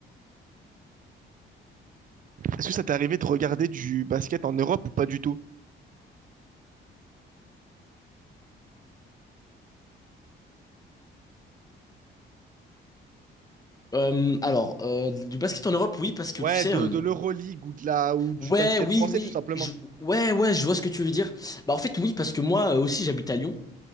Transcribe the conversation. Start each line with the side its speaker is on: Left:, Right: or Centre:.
Right: Est-ce que ça t'est arrivé de regarder du basket en Europe ou pas du tout?
Left: Euh, alors, euh, du basket en Europe, oui, parce que
Right: Ouais,
Left: tu sais.
Right: de,
Left: euh,
Right: de l'Euroleague ou de la ou du
Left: Ouais,
Right: basket
Left: oui,
Right: français,
Left: oui.
Right: tout simplement.
Left: je- Ouais, ouais, je vois ce que tu veux dire. Bah, en fait, oui, parce que moi euh, aussi, j'habite à Lyon.